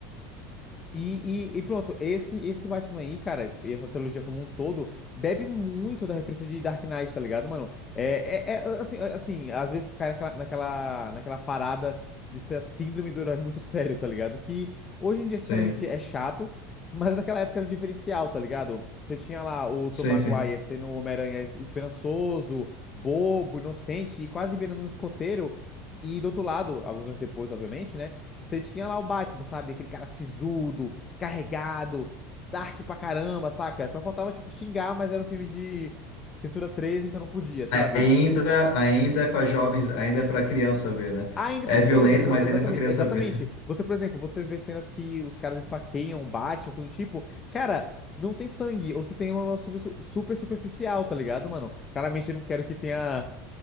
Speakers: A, on the left; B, on the left.
A: E, e, e pronto, esse esse Batman aí, cara, e essa trilogia como um todo, bebe muito da referência de Dark Knight, tá ligado, mano? É, é, é, assim, é, assim, às vezes cai naquela, naquela, naquela parada de ser a síndrome do herói muito sério, tá ligado? Que hoje em dia, sinceramente,
B: Sim,
A: é chato, mas naquela época era um diferencial, tá ligado? Você tinha lá o
B: sim,
A: Tom Maguire
B: sim.
A: sendo o Homem-Aranha es- esperançoso, bobo, inocente e quase beirando um escoteiro. E do outro lado, alguns anos depois, obviamente, né? Você tinha lá o Batman, sabe? Aquele cara sisudo, carregado, dark pra caramba, saca? Só faltava, tipo, xingar, mas era um filme de censura 13, então não podia, sabe?
B: Ainda, ainda é pra jovens, ainda é pra criança ver, né?
A: Ainda
B: É
A: porque
B: violento,
A: você vê, exa-
B: mas
A: exatamente,
B: ainda é pra criança
A: exatamente.
B: ver. <laughs>
A: Você, por exemplo, você vê cenas que os caras esfaqueiam o Batman, coisa do tipo, cara, não tem sangue, ou se tem é uma super, super superficial, tá ligado, mano? Claramente eu não quero que tenha